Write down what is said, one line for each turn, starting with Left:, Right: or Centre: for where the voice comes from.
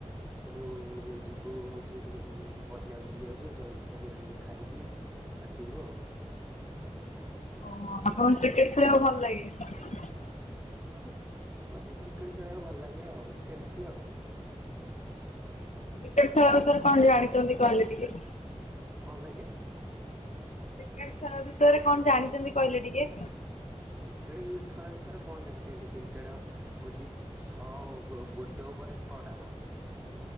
Right: ସେଠୁଉ-ଉ ଯିବୁ ହଉଛି ଟିକେ ଉମ୍ ବଜାର ବୁଲିବାକୁ ଜଳଖିଆ ଫଳିିକିଆ ଟିକେ ଖାଇକି ଆସିବୁ ଆଉ
Left: ଓହୋଃ, ଆପଣଙ୍କୁ କ୍ରିକେଟ ଖେଳିବାକୁ ଭଲ ଲାଗେ?
Right: ହଁ-ହଁ ମତେ କ୍ରିକେଟ ଖେଳିବାକୁ ଭଲ ଲାଗେ ଆଉ ସେମିତି ଆଉ
Left: କିକ୍ରେଟ୍ ଖେଳ ବିଷୟରେ କଣ ଜାଣିଛନ୍ତି କହିଲେ ଟିକେ?
Right: କଣ କହିଲେ?
Left: କିକ୍ରେଟ୍ ଖେଳ ବିଷୟରେ କଣ ଜାଣିଛନ୍ତି କହିଲେ ଟିକେ?
Right: କ୍ରିକେଟ ଖେଳ ବିଷୟରେ କଣ ଜାଣିଛନ୍ତି, କ୍ରିକେଟ ହଉଛି ଛଅ ଗୋଟେ ଓ ଓଭରରେ ଛଅଟା ବଲ୍